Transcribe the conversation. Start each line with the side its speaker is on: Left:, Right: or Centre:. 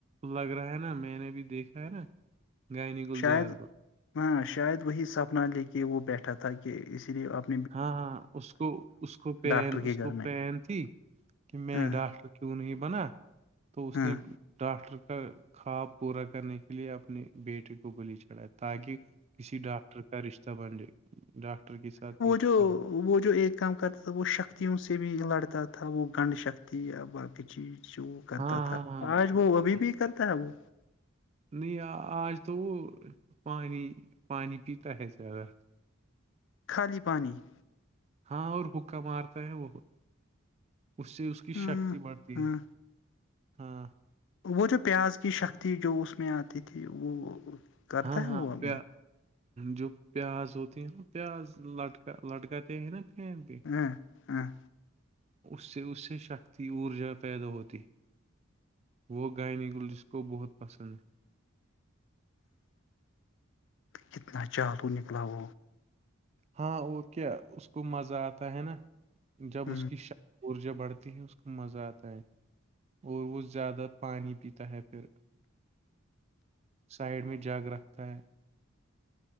Right: لگ رہا ہے نا میں نے بھی دیکھا ہے نا گائے ن گل
Left: شاید
Right: جار کو
Left: ہاں شاید وہی سپنا لے کے وہ بیٹھا تھا کہ اس لیے اپ
Right: ہاں ہاں اس کو اس کو پیر
Left: ڈاکٹر کے
Right: اس
Left: گھر
Right: کو
Left: میں
Right: پیر تھی کہ می
Left: ہاں
Right: ڈاکٹر کیو نی بنا تو اس
Left: ہاں
Right: نے ڈاکٹر کا خواب پورا کرنے کے لیے اپنے بیٹے کو بلی چڑھات تاکہ کسی ڈاکٹر کا رشتہ بن جائے ڈاکٹر کے ساتھ ہی رشتہ
Left: تو
Right: بن جائے۔
Left: وہ جو ایک کام کرتا تھا وہ شکتیوں سے بھی لڑتا تھا وہ گنڈھ شکتی یا باقی چیز وہ کرتا
Right: ہاں
Left: تھا
Right: ہاں
Left: آج وہ ابھی
Right: ہاں
Left: بھی کرتا ہے وہ
Right: نہیں آج تو وہ پانیانی پانی پیتا ہے زیادہ
Left: خالی پانی
Right: ہاں اور حکہ مارتا ہے وہ اس سے اس کی
Left: ہاں
Right: شکتی بڑھتی
Left: ہاں
Right: ہے ہاں
Left: وہ جو پیاز کی شکتی جو اس میں آتی تھی وہ کرتا
Right: ہاں
Left: ہے
Right: ہاں
Left: وہ ابھی
Right: پ جو پیاز ہوتی ہے نا پیاز لٹکا لٹکاتے ہیں نا پین پہ
Left: ہاں ہاں
Right: اس سے اس سے شکتی اورجادا پیدا ہوتی وہ گائنی گل جس کو بہت پسند ہے
Left: کتنا چالو نکلاو
Right: ہاں اور کیا اس کو مزہ آتا ہے نا جب
Left: ہ
Right: اس کی ش ارجا بڑھتی ہے اس کا مزہ آتا ہے اور وہ زیادہ پانی پیتا ہے پھر سائڈ میں جاگ رکھتا ہے